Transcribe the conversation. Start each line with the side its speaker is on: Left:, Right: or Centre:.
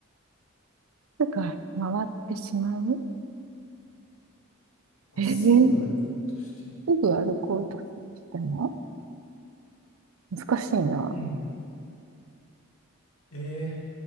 Right: すぐ回ってしまう。
Left: まっすぐ歩こうとしても。
Right: えー、すぐ歩こうとしても難しいな。
Left: うん。え